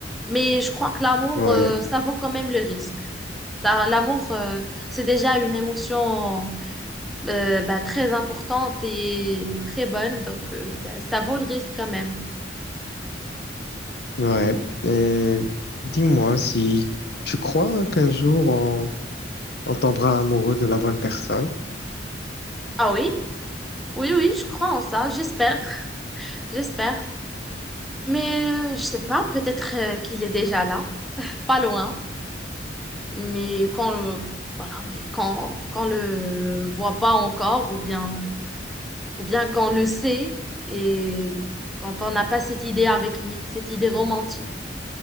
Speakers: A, in the centre; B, on the left (about 60°).
A: Mais je crois que l'amour,
B: Ouais.
A: euh, ça vaut quand même le risque. La- L'amour, euh, c'est déjà une émotion euh, bah, très importante et très bonne, donc euh, bah, ça vaut le risque quand même.
B: Ouais. Et dis-moi si tu crois hein, qu'un jour on, on tombera amoureux de la bonne personne.
A: Ah oui? Oui, oui, je crois en ça, j'espère, <laughs> j'espère. Mais euh, je sais pas, peut-être euh, qu'il est déjà là, pas loin, mais quand euh, voilà, mais quand quand on le voit pas encore ou bien ou bien quand on le sait et quand on n'a pas cette idée avec lui, cette idée romantique.